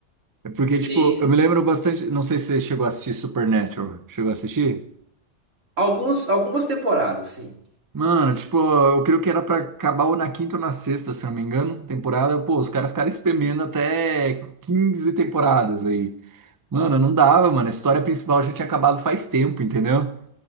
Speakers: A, on the right; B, on the right.
A: É porque,
B: Sim,
A: tipo,
B: sim.
A: eu me lembro bastante. Não sei se você chegou a assistir Supernatural. Chegou a assistir?
B: Alguns, algumas temporadas, sim.
A: Mano, tipo, eu creio que era pra acabar ou na quinta ou na sexta, se eu não me engano, temporada. Pô, os caras ficaram espremendo até 15 temporadas aí. Mano, não dava, mano. A história principal já tinha acabado faz tempo, entendeu?